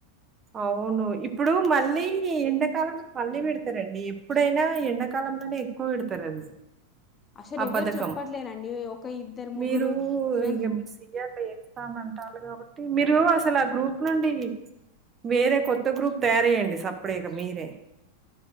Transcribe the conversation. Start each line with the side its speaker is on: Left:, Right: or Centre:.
Right: అవును ఇప్పుడు మళ్ళీ ఈ ఎండకాలమ మళ్ళీ పెడతరండి ఎప్పుడైనా ఎండాకాలంలోనే ఎక్కువ వెడతరు అది
Left: అసలు
Right: ఆ
Left: ఎవరు
Right: పధకం
Left: చెప్పట్లేరండి ఒక ఇద్దరు
Right: మీరు
Left: ముగ్గురు వెళ్
Right: ఇగ మి సినీయర్లు చెప్తాన్నా తాలు కాబట్టి మీరు అసలు ఆ గ్రూప్ నుండి వేరే కొత్త గ్రూప్ తయార్జేయండి సప్ప్ డేగ మీరే